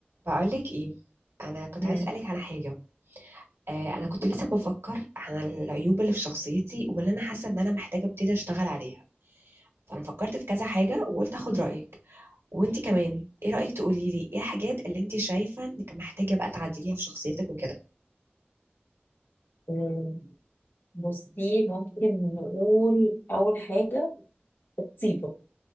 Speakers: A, on the right; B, on the left.
A: بقولك ايه انا كنت
B: مم.
A: عايز اسالك على حاجه آه انا كنت لسه بفكر على العيوب اللي في شخصيتي واللي انا حاسه ان انا محتاجه ابتدي اشتغل عليها فانا فكرت في كذا حاجه وقلت اخد رايك وانت كمان ايه رايك تقولي لي ايه الحاجات اللي انت شايفه انك محتاجه بقى تعدليها في شخصيتك وكده
B: آه، بصي ممكن نقول أول حاجة طيبة